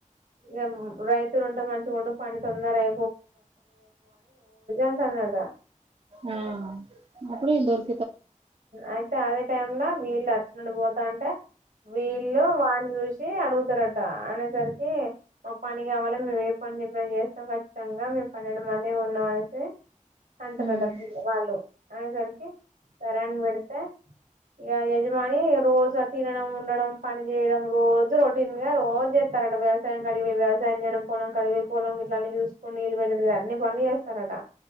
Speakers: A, on the right; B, on the right.
A: ఇగ రైతులు ఉంటే మంచిగుండు పని తొందరై అంటాండట
B: ఆ అప్పుడు ఈళ్లు దోర్
A: అయితే అదే టైం లో వీళ్ళు అట్నుండి పోతాంటే వీళ్లు వాన్ని చూసి అడుగుతారట అనేసరికి మాకు పని కావలే మేము ఏ పని చెప్పిన చేస్తాం ఖచ్చితంగా మేము పన్నెండు మంది ఉన్నాం అనేసి అంటరట
B: ఆ
A: వాళ్ళు అనేసరికి వరం పెడితే ఇగ యజమాని రోజా తినడం ఉండడం ప పని చేయడం రోజు రొటీన్గా చేస్తారట వ్యవసాయం కడివి వ్యసాయం చేయడం పొలం కడి పొలం జె పని చూసుకొని నీళ్ళు పెట్టటి అన్ని పలు చేస్తారట